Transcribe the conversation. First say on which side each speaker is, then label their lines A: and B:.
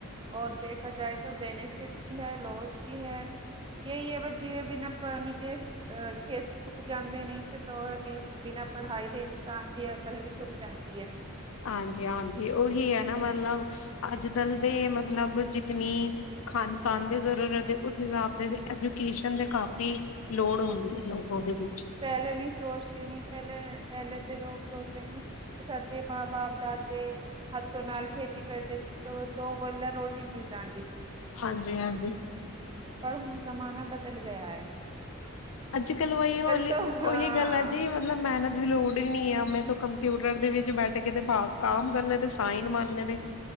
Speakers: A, on the right (about 25°); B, on the left (about 70°).
A: ਔਰ ਦੇਖਾ ਜਾਏ ਤੋ ਬੈਨੀਫਿਟ ਵੀ ਹੈ ਲੋਸ ਵੀ ਹੈ ਯੇਹੀ ਹੈ ਜੀਵੇਂ ਬਿਨਾਂ ਪਾਣੀ ਕੇ <unintelligible> ਬਿਨਾਂ ਪੜ੍ਹਾਈ ਦੇ ਇਨਸਾਨ ਦੀ ਅਕਲ ਵੀ ਸੁੱਕ ਜਾਂਦੀ ਹੈ
B: ਹਾਂਜੀ-ਹਾਂਜੀ ਉਹੀ ਹੈ ਨਾ ਮਤਲਬ ਅੱਜ ਦਲ ਦੇ ਮਤਲਬ ਜਿਤਨੀ ਖਾਣ ਪਾਣ ਦੀ ਜ਼ਰੂਰਤ ਹੈ ਉਸ ਹਿਸਾਬ ਦੇ ਐਜੂਕੇਸ਼ਨ ਦੇ ਕਾਫੀ ਲੋੜ ਹੁੰਦੀ ਐ ਲੋ ਔਦੇ ਵਿੱਚ
A: ਪੈਲੇ ਨੀ ਸੋਚਦੇ ਨੀ ਪੈਲੇ ਪੈਲੇ ਦੇ ਲੋਕ ਸੋਚਦੇ ਨੀ ਸਾਡੇ ਮਾਂ ਬਾਪ ਦਾ ਤੇ ਹੱਥੋ ਨਾਲ ਖੇਤੀ ਕਰਦੇ ਸੀ ਤੇ ਦੋ ਵੱਲ ਲਾ ਰੋਟੀ ਮਿਲ ਜੈਦੀ ਸੀ।
B: ਹਂਜੀ, ਹਂਜੀ।
A: ਪਰ ਹੁਨ ਜ਼ਮਾਨਾ ਬਦਲ ਗਿਆ ਐ।
B: ਅੱਜ ਕੱਲ ਵਹੀ ਹੋਲੀ
A: ਤਾਂ
B: ਔਹੀ
A: ਹਾਂ
B: ਗੱਲ ਐ ਜੀ। ਮਤਲਬ ਮਿਹਨਤ ਦੀ ਲੋੜ ਈ ਨੀ ਐ। ਮੈਂ ਤੋਂ ਕੰਪਿਊਟਰ ਦੇ ਵਿੱਚ ਬੈਠ ਕੇ ਤੇ ਬਾਕ ਕਾਮ ਕਰਨ ਤੇ ਸਾਈਨ ਮਾਨੇ ਦੇ